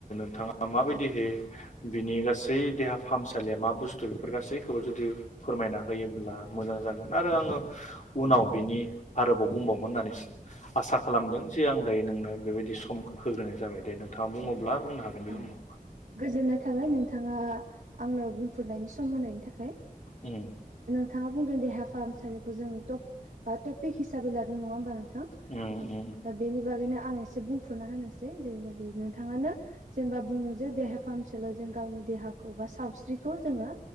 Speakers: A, on the left (about 55°); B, on the right (about 65°).
A: <inaudible> थाङा माबायदिहै
B: औ
A: बिनि गासै देहा फाहामसालिया मा बुस्थु बेफोर गासैखौबो जुदि फोरमायना होयोब्ला
B: औ
A: मोजां जागोन। आरो आङो उनाव बिनि आरोबाव बुंबावगोन होननानै आसा खालामदों जे आं दायो नोंनो बेबायदि सम होग्रोनाय जाबाय। दे नोंथाङा बुङोब्ला
B: औ
A: बुंनो हागोन बे
B: औ
A: समाव
B: गोजोननाय थाबाय नोंथाङा आंनो बुंफुरनायनि सम होनायनि थाखाय।
A: उम।
B: थाङा बुंदों देहा फाहामलिखौ जों टप बा टपिक हिसाबै लादों। नङा होमबा नोंथां?
A: उम
B: औ
A: उम
B: दा बेनि बागैनो आं एसे बुं फुरना होनोसै। जेरै नोंथाङानो जेनेबा बुंदों जे देहा फाहामसा लियाव जों गावनि देहाखौ बा सावस्रिखौ जोङो